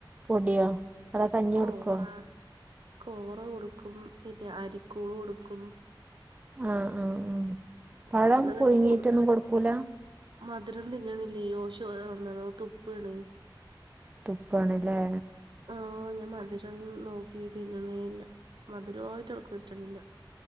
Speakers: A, on the right; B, on the right.
A: പൊടിയോ അതൊക്കെ കഞ്ഞി
B: കോറ
A: കൊടുക്കോ
B: കോറ കൊടുക്കും പിന്നെ അരിക്കൂള് കൊടുക്കും
A: ആഹ് ആഹ് ആഹ് പഴം
B: ഇതിനാണ്
A: പുഴുങ്ങിട്ടൊന്നും
B: തന്നെ കൊടു
A: കൊടുക്കൂല
B: മധുരം തിന്നിണല്ലേ ഓശ ഒണ തുപ്പ്ണേ
A: തുപ്പാണല്ലേ
B: ആഹ് ഞാൻ മധുരം നോക്കി തിന്നണേല്ല മധുരമായിട്ട് അവൾക്ക് പറ്റണില്ല